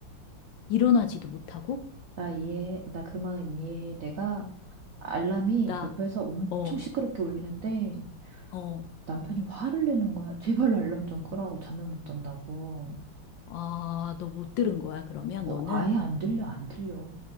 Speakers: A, on the left (about 70°); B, on the right (about 60°).
A: 일어나지도 못하고?
B: 나 이해해. 나 그 마음 이해해. 내가 알람이
A: 나,
B: 옆에서 엄청
A: 어,
B: 시끄럽게 울리는데
A: 어,
B: 남편이 화를 내는 거야. 제발 알람 좀 끄라고 잠을 못 잔다고.
A: 아, 너 못 들은 거야, 그러면
B: 어,
A: 너는?
B: 아예 안 들려, 안 들려.